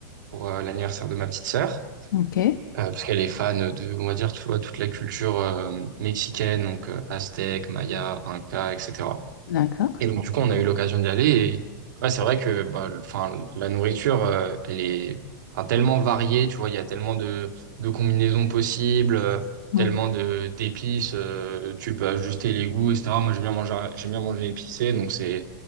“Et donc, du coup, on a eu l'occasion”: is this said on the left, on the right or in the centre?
Right